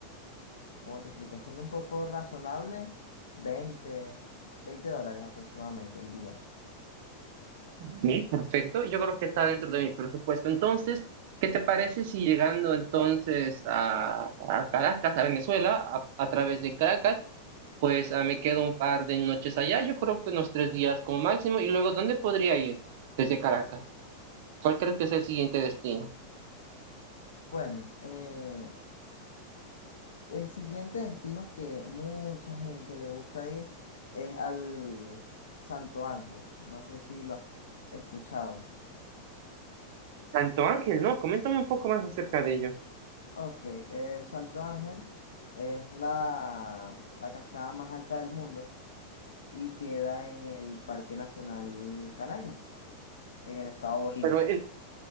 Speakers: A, on the left (about 85°); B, on the right (about 60°).
A: Cómo te explico, siendo un poco razonable, 20, 20 dólares aproximadamente el día.
B: Sí, perfecto. Yo creo que está dentro de mi presupuesto. Entonces, ¿qué te parece si llegando entonces a, a Caracas, a Venezuela, a, a través de Caracas, pues ah, me quedo un par de noches allá? Yo creo que unos tres días como máximo. Y luego, ¿dónde podría ir desde Caracas? ¿Cuál crees que es el siguiente destino?
A: Bueno, eh, el siguiente destino que mucha gente le gusta ir es al Santo Ángel. No sé si lo has escuchado.
B: Santo Ángel, ¿no? Coméntame un poco más acerca de ello.
A: Ok, el Salto Ángel es la, la cascada más alta del mundo y queda en el Parque Nacional Canaima, en el estado Bolívar.
B: Pero en-